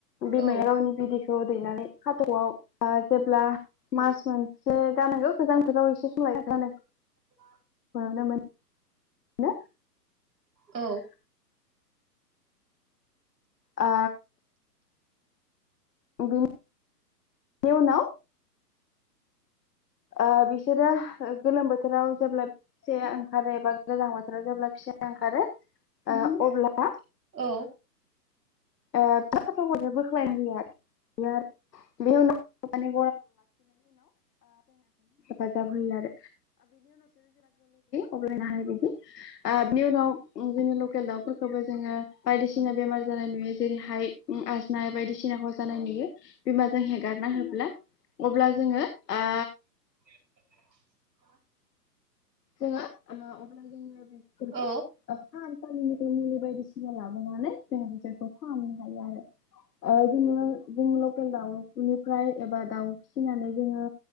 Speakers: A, on the left; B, on the right.
A: बिमाया
B: औ
A: गावनि बिदै दैनानै खााथ'आव ओ जेब्ला मास मोनसे जानांगौ गोजां बोथोराव एसे सम <unintelligible>
B: <unintelligible>
A: बेयावनो मोनो <inaudible>
B: औ
A: ओ बिनि उनाव ओ बिसोरो गोलोम बोथोराव जेब्ला फिसाया ओंखारो एबा गोजां बोथोराव जेब्ला फिसाया ओंखारो ओ अब्ला
B: ओ
A: ओ खाथाख'खो बोख्लायना होयो आरो बे आरो बे उनाव <unintelligible> <unintelligible> हानाय बायदि ओ बिनि उनाव जोंनि लकेल दाउफोरखोबो जोङो बायदिसि ना बेमार जानाय नुयो जेरैहाय उम आजनाय बायदिसिनाखौ जानाय नुयो बिमाजों हेगारना होब्ला अब्ला जोङो ए
B: <inaudible>
A: जोंङो ओ अब्ला जोङो बेफोरखौ
B: औ
A: ओ फाहामसालिनिफ्राय मुलि बायदिसिना लाबोना नानै जों बिसोरखौ फाहामनो हायो आरो ओ जोङो जों लकेल दाउनिफ्राय एबा दाउ फिसिनानै जोङो